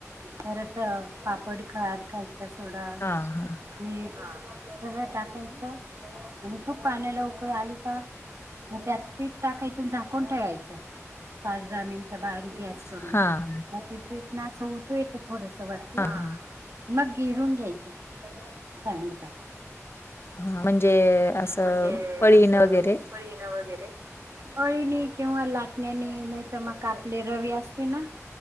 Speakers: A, on the right (about 60°); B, on the left (about 50°).
A: परत पापड खद खायचा सोडा
B: हां, हां.
A: मीठ सगळं टाकायचं आणि खूप पाण्याला उपय आली का मग त्यात पीठ टाकायचं झाकून ठेवायचं पाच दहा मिनिटं बारीक ग्यास करून
B: हां,
A: मग ते पेठ नास होतो येत थोडस वरती
B: हां, हां.
A: मग घिरून घ्यायचं चांगलं
B: हां, म्हणजे असं
A: म्हणजे
B: पळीनं
A: अस
B: वगैरे.
A: पळीन वगैरे फळीने किंवा लाटण्यानी नाही तर मग आपली रवी असते ना